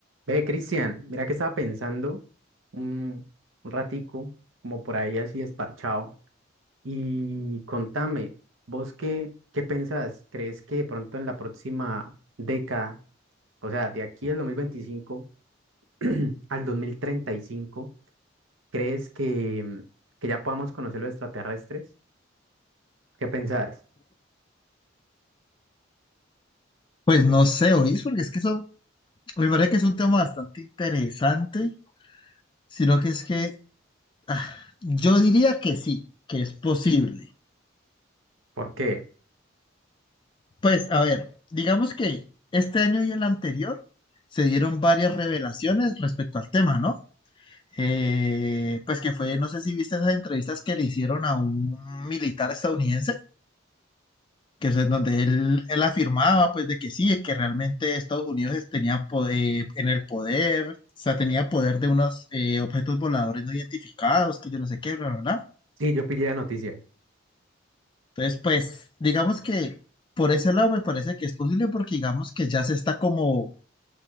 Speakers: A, on the right; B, on the left.
A: Ve, Cristian, mira que estaba pensando un, un ratico, como por ahí así esparchado, y contame, ¿vos qué, qué pensás? ¿Crees que de pronto en la próxima década, o sea, de aquí al 2025 <clears throat> al 2035, ¿crees que, mm, que ya podamos conocer los extraterrestres? ¿Qué pensás?
B: Pues no sé, oís, porque es que eso me parece que es un tema bastante interesante, sino que es que ah, yo diría que sí, que es posible.
A: Porque
B: Pues a ver, digamos que este año y el anterior se dieron varias revelaciones respecto al tema, ¿no? Eh, pues que fue, no sé si viste esas entrevistas que le hicieron a un militar estadounidense que es en donde él, él afirmaba pues de que sí, que realmente Estados Unidos es- tenía poder, en el poder, o sea, tenía poder de unos eh, objetos voladores no identificados, que yo no sé qué, bla, bla, bla.
A: sí, yo pillé la noticia,
B: Entonces, pues, digamos que por ese lado me parece que es posible porque digamos que ya se está como,